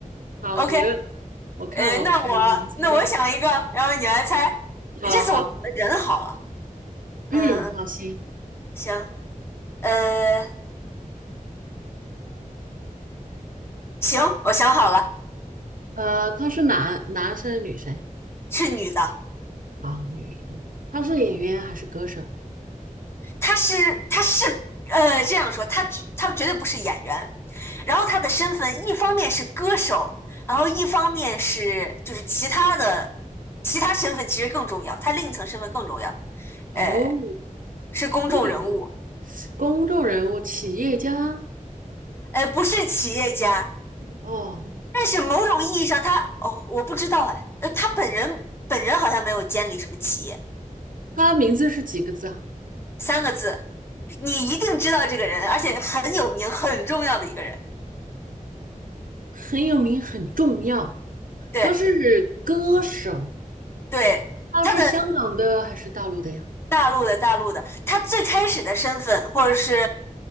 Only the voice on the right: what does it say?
好，
你又我看我还能不能猜到？
好好，
嗯，
好，行。
呃，他是男男生女生
啊，女的，他是演员还是歌手？
哦，
这个公众人物、企业家
哦，
他名字是几个字啊？
<laughs> 很有名，很重要。
他是歌手，
他是香港的还是大陆的呀？